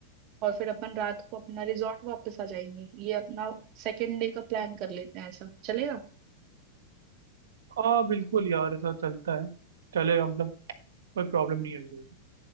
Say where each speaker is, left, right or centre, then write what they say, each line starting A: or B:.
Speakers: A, on the right; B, on the right.
A: और फिर अपन रात को अपना रिजॉर्ट वापस आ जाएंगे ये अपना सेकेंड डे का प्लान कर लेते हैं ऐसा चलेगा
B: हाँ बिल्कुल यार ऐसा चलता है चलेगा मतलब कोई प्रॉब्लम नहीं आई है